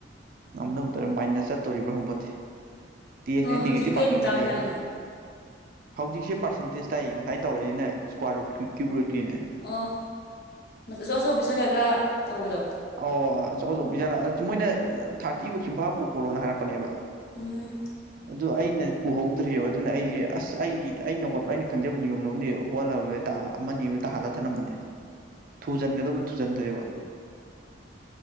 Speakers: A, on the right; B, on the left.
A: ꯉꯝꯅꯕ ꯇꯧꯔꯦ ꯃꯥꯏꯅꯥꯁ ꯆꯠꯇꯣꯔꯤꯕ꯭ꯔꯥ ꯈꯪꯄꯣꯠꯇꯦ ꯇꯦꯁꯅꯦ
B: ꯍꯣꯏ ꯍꯧꯖꯤꯛ
A: ꯅꯦꯒꯦꯇꯤꯞ
B: ꯀꯩ
A: ꯃꯥꯔꯀꯤꯡꯒ
B: ꯃꯇꯥꯡ
A: ꯂꯩꯕꯅꯦ
B: ꯇꯥꯏꯅꯣ
A: ꯍꯧꯖꯤꯛꯁꯦ ꯄꯥꯔꯁꯦꯟꯇꯦꯖ ꯇꯥꯏꯏ ꯉꯁꯥꯏ ꯇꯧꯔꯛꯏꯁꯤꯅ ꯏꯁꯀꯨꯋꯥꯔꯔꯨꯠ ꯀ꯭ꯌꯨꯨꯞꯔꯨꯠꯀꯤꯅꯦ
B: ꯑꯣ ꯑꯆꯧ ꯑꯆꯧꯕ ꯄꯤꯁꯜꯂꯒ ꯇꯧꯕꯗꯣ
A: ꯑꯣ ꯑꯆꯧ ꯑꯆꯧꯕ ꯄꯤꯁꯤꯜꯂꯛ ꯃꯣꯏꯅ ꯊꯥꯔꯇꯤꯐꯧ ꯆꯝꯐꯥ ꯄꯨ ꯈꯣꯠꯂꯣꯅ ꯍꯥꯏꯔꯛꯄꯅꯦꯕ
B: ꯎꯝ꯫
A: ꯑꯗꯨ ꯑꯩꯅ ꯄꯨꯍꯧꯗ꯭ꯔꯦꯕ ꯑꯗꯨꯅ ꯑꯩꯁꯦ ꯑꯁ ꯑꯩ ꯑꯩꯅ ꯍꯣꯠꯄ ꯑꯩꯅ ꯈꯪꯖꯕ ꯅꯤꯌꯣꯝꯅꯕꯨꯗꯤ ꯍꫭꯠꯂꯝꯃꯦ ꯇ ꯑꯃ ꯑꯅꯤꯕꯨꯗꯤ ꯇꯥꯍꯜꯂ ꯊꯅꯝꯕꯅꯦ
B: <inaudible>
A: ꯊꯨꯖꯟꯒꯗꯕꯗꯨ ꯊꯨꯖꯟꯗ꯭ꯔꯦꯕ